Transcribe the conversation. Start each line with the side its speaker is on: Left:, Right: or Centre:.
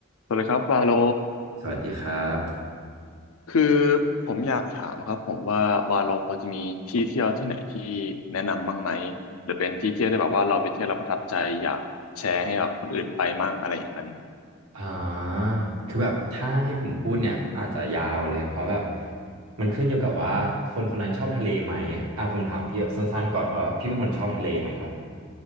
Left: สวัสดีครับวาโล
Right: สวัสดีครับ
Left: คือผมอยากถามครับผมว่าวาโลพอจะมีที่เที่ยวที่ไหนที่แนะนำบ้างไหมหรือเป็นที่เที่ยวที่แบบว่าเราไปเที่ยวเราประทับใจอยากแชร์ให้แบบคนอื่นไปมั่งอะไรอย่างนั้น
Right: อ่าคือแบบถ้าให้ผมพูดเนี่ยอาจจะยาวเลยเพราะแบบมันขึ้นอยู่กับว่าคนคนนั้นชอบทะเลไหมอ่ะผมถามพี่แบบสั้นๆก่อนว่าแบบพี่เป็นคนชอบทะเลไหมครับ